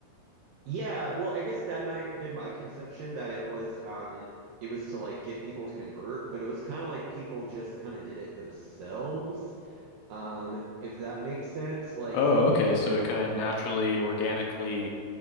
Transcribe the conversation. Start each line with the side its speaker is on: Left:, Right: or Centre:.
Right: yeah, well, I guess that my been my conception that it was um it was to like get people to convert, but it was kind of like people just kind of did it themselves. Um, if that makes sense, like
Left: Oh, okay. So it kind of naturally, organically